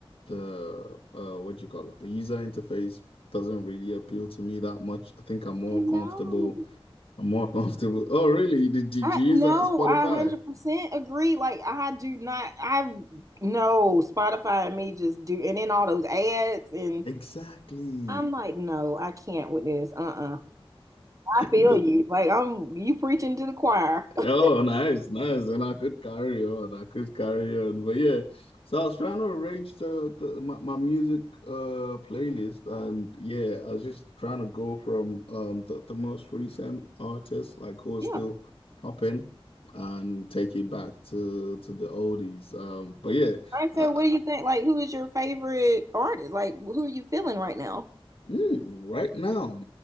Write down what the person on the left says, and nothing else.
the uh what do you call it? The user interface doesn't really appeal to me that much. I think I'm more
comfortable. I'm more <laughs> comfortable. Oh, really? Did, did
you use
that Spotify?
Exactly.
<laughs>
The-
oh,
nice, nice. And I could carry on. I could carry on. But yeah, so I was trying to arrange the, the my, my music uh playlist, and yeah, I was just trying to go from um the, the most recent artists like who are
still popping, and take it back to to the oldies. Um, but yeah,
I,
I-
mm, right now,